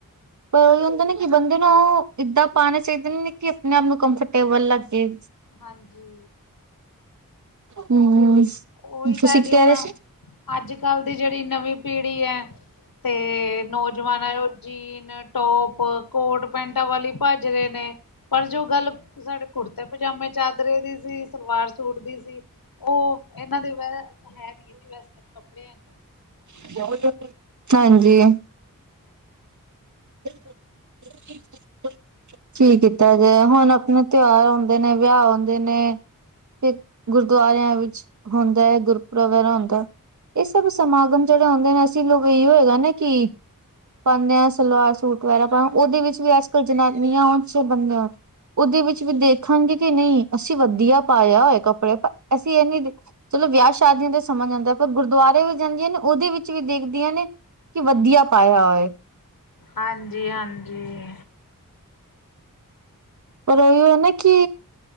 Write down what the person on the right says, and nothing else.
ਪਰ ਇਹਦਾ ਨੇ ਕਿ ਬੰਦੇ ਨੂੰ ਉ ਏਦਾਂ ਪਾਂਣੇ ਚਾਹੀਦੇ ਨੇ ਕਿ ਆਪਣੇ-ਆਪ ਨੂੰ ਕੰਫਰਟੇਬਲ ਲੱਗੇ।
ਹੂੰ <unintelligible>
ਤੁਸੀਂ
ਕੀ
ਕਹਿ
ਰਹੇ ਸੀ
<unintelligible> ਹਾਂਜੀ। <inaudible> ਕੀ ਕੀਤਾ ਜਾਏ, ਹੁਣ ਆਪਣੇ ਤਿਉਹਾਰ ਹੁਂਦੇ ਨੇ ਵਿਆਹ ਹੁਂਦੇ ਨੇ। ਤੇ ਗੁਰਦੁਆਰਿਆਂ ਵਿੱਚ ਹੁੰਦਾ ਏ, ਗੁਰਪੁਰਬ ਵਗੈਰਾ ਹੁੰਦਾ ਏ। ਇਹ ਸਭ ਸਮਾਗਮ ਜਦੋਂ ਓਂਦੇ ਨੇ ਅਸੀਂ ਲੋਕ ਇਹੀਓ ਹੈ ਨਾ ਕਿ ਪਾਨੇ ਆ ਸ ਸਲਵਾਰ ਸੂਟ ਵਗੈਰਾ ਪਾਣ ਉਹਦੇ ਵਿੱਚ ਵੀ ਅੱਜ-ਕੱਲ ਜਨਾਨੀਆਂ <unintelligible> ਉਹਦੇ ਵਿੱਚ ਵੀ ਦੇ ਹਾਂਜੀ, ਕਿ ਨੀ ਅਸੀਂ ਵੱਧੀਆ ਪਾਇਆ ਹੋਆ ਕੱਪੜੇ ਪਰ ਅਸੀਂ ਏਨੀ ਚਲੋ ਵਿਆਹ ਸ਼ਾਦੀਆ ਦਾ ਸਮਾਂ ਜਾਂਦਾ ਪਰ ਗੁਰਦੁਆਰੇ ਵੀ ਜਾਂਦੀਆਂ ਨੇ ਉਹਦੇ ਵਿੱਚ ਵੀ ਦੇਖਦੀਆਂ ਨੇ ਕਿ ਵੱਧੀਆ ਪਾਇਆ ਓਏ।
ਔਰ ਓਹੀ ਨਾ ਕੀ